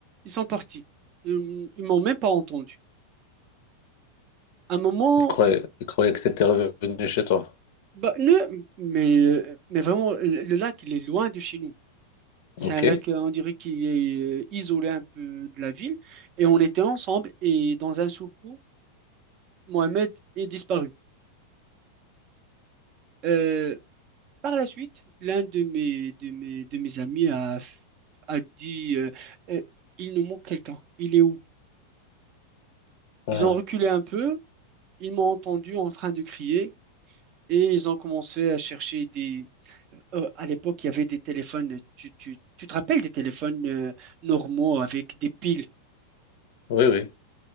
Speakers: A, on the right; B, on the left.
A: ils sont partis. Ils ils m'ont même pas entendu. À un moment,
B: Il croyait, il croyait que t'étais revenu chez toi.
A: bah, ne, mais, euh, mais vraiment, le le lac, il est loin de chez nous. C'est
B: OK.
A: un lac, euh, on dirait qu'il est euh, isolé un peu de la ville. Et on était ensemble et dans un seul coup, Mohamed est disparu. Euh, Par la suite, l'un de mes, de mes, de mes amis a, f- a dit euh, Euh, Il nous manque quelqu'un. Il est où?
B: Ah,
A: Ils ont reculé un peu, ils m'ont entendu en train de crier et ils ont commencé à chercher des. euh, à l'époque, il y avait des téléphones. Tu, tu, tu te rappelles des téléphones euh, normaux avec des piles?
B: oui, oui.